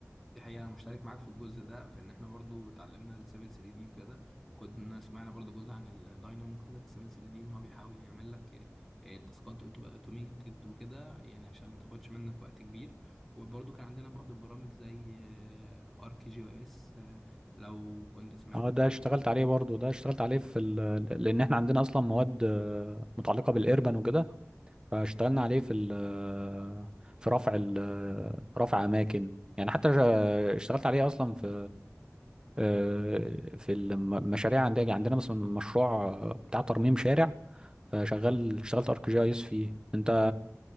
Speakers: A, in the centre; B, on the right (about 15°).
A: دي حقيقة أنا مشترك معاك في الجزء ده في إن إحنا برضو اتعلمنا السيفل 3 دي وكده كنا سمعنا برضو جزء عن الداينامو كده في السيفل 3 دي إن هو بيحاول يعمل لك آه، آه، تاسكات تبقى أوتوميتد وكده يعني عشان ما تاخدش منك وقت كبير وبرضو كان عندنا بعض البرامج زي آرك جي أو إس لو كنت سمعت
B: اه
A: عنه
B: ده اشتغلت عليه برضه ده اشتغلت عليه في ال... لان احنا عندنا اصلا مواد آه، متعلقة بالايربان وكده فاشتغلنا عليه في ال... آه، في رفع ال... آه، رفع اماكن يعني حتى جا- اشتغلت عليه اصلا في آه، في المشاريع عندنا عندنا مثلا مشروع آه، بتاع ترميم شارع فشغال اشتغلت ارك جي اس فيه انت